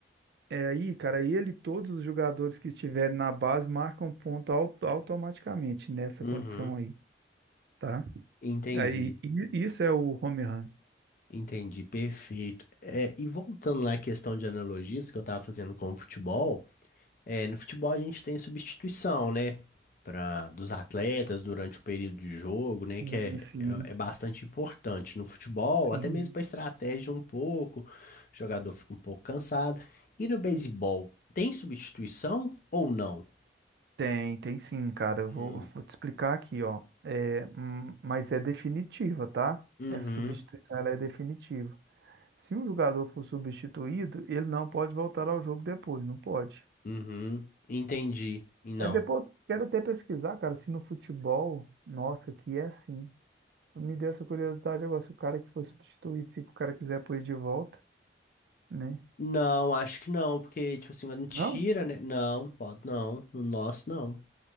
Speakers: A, on the right (about 65°); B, on the left (about 50°).
A: é aí, cara, ele e todos os jogadores que estiverem na base marcam ponto au- automaticamente nessa
B: Uhum.
A: condição aí, tá?
B: Entendi.
A: Aí, i- isso é o home run.
B: Entendi. Perfeito. É, e voltando lá à questão de analogias que eu estava fazendo com o futebol. É, no futebol a gente tem substituição, né? Pra, dos atletas durante o período de jogo, né?
A: Sim,
B: Que é,
A: sim,
B: é, é bastante importante no futebol,
A: sim.
B: até mesmo para estratégia um pouco, o jogador fica um pouco cansado. E no beisebol, tem substituição ou não?
A: Tem, tem sim, cara. Eu
B: Hum.
A: vou, vou te explicar aqui, ó. É, hum, mas é definitiva, tá?
B: Uhum,
A: Essa substituição ela é definitiva. Se um jogador for substituído, ele não pode voltar ao jogo depois, não pode.
B: uhum, entendi. E não.
A: É depois, quero até pesquisar, cara, se no futebol, nossa, que é assim. Me deu essa curiosidade agora, se o cara que foi substituído, se o cara quiser pôr ele de volta, né?
B: Não, acho que não, porque, tipo assim, quando tira,
A: Não?
B: né? Não, pode não. No nosso, não.